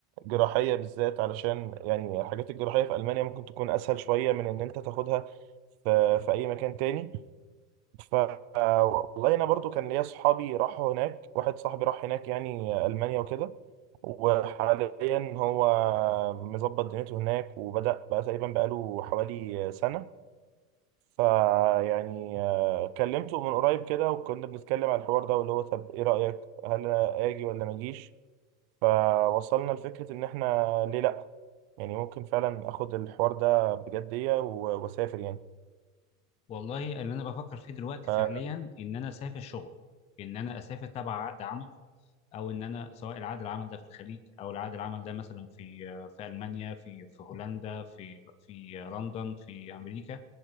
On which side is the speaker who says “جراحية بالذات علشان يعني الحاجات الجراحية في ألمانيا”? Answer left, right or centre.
Right